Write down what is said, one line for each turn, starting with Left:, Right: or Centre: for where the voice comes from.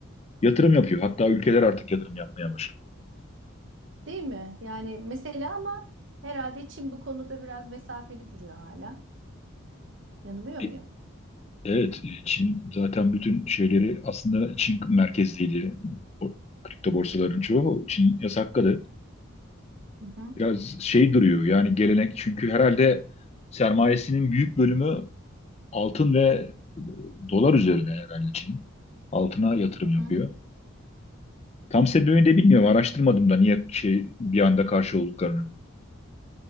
Left: yatırım yapıyor. Hatta ülkeler artık yatırım yapmaya başladı.
Right: Değil mi? Yani mesela ama herhalde Çin bu konuda biraz mesafeli duruyor hala. Yanılıyor muyum?
Left: E, Evet, e, Çin zaten bütün şeyleri aslında Çin merkezliydi. O kripto borsaların çoğu Çin yasakladı.
Right: Hı hı.
Left: Biraz şey duruyor yani gelenek çünkü herhalde sermayesinin büyük bölümü Altın ve e, dolar üzerine herhalde Çin'in. Altına yatırım
Right: Hı hı.
Left: yapıyor. Tam sebebini de bilmiyorum. Araştırmadım da niye şey bir anda karşı olduklarını.